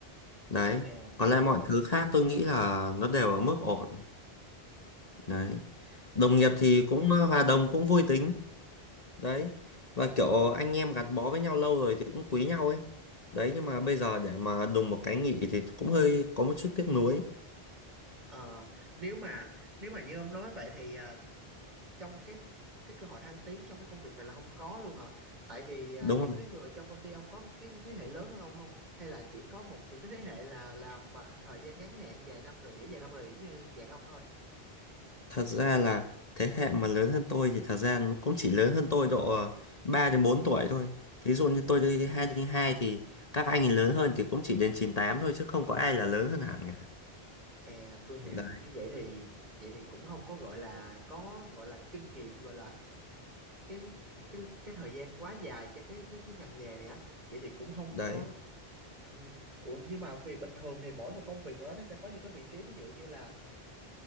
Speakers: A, on the left; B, on the right.
A: Đấy,
B: à
A: còn lại mọi thứ khác tôi nghĩ là nó đều ở mức ổn. Đấy. đồng
B: Ờ,
A: nghiệp thì cũng ờ, hòa đồng cũng vui tính đấy và kiểu
B: thì-
A: anh em gắn bó với nhau lâu rồi thì cũng quý nhau ấy đấy nhưng mà bây giờ để mà đùng một cái nghỉ thì cũng hơi có một chút tiếc nuối
B: ờ, nếu mà nếu mà như ông nói vậy thì à, trong cái cái cơ hội thăng tiến trong cái công việc này là không có luôn hả? Tại vì à,
A: đúng
B: những
A: rồi
B: cái người trong công ty ông có cái thế hệ lớn hơn ông không? Hay là chỉ có một những cái thế hệ là làm mà thời gian ngắn hạn vài năm rồi nghỉ vài năm rồi nghỉ như dạng ông thôi?
A: thật ra là thế hệ mà lớn hơn tôi thì thật ra nó cũng chỉ lớn hơn tôi độ ờ, 3 đến 4 tuổi thôi thí dụ như
B: Chị-
A: tôi đi 2 đến 2 thì các anh ấy lớn hơn thì cũng chỉ đến chín tám thôi chứ không có ai là lớn hơn hẳn cả
B: À, tôi hiểu.
A: đấy,
B: Như vậy thì vậy thì cũng không có gọi là có gọi là kinh nghiệm gọi là cái cái cái thời gian quá dài cho cái cái cái ngành nghề này á vậy thì cũng không
A: đấy
B: có ừ, ủa nhưng mà vì bình thường thì mỗi một công việc nào đó nó sẽ có những cái vị trí ví dụ như là